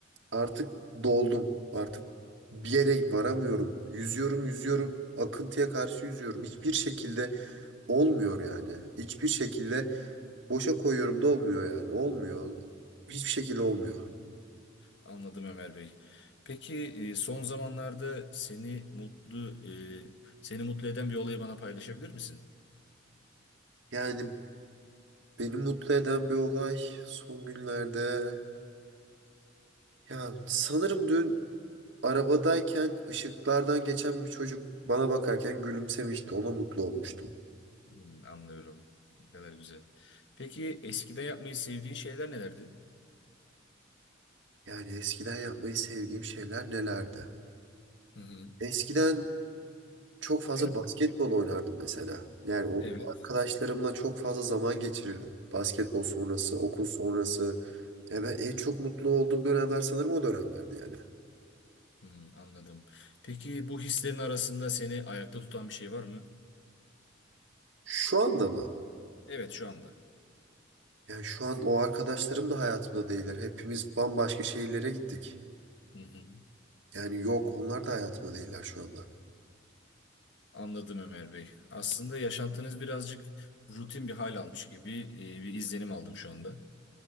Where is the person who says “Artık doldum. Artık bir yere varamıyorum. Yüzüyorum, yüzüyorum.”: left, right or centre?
Right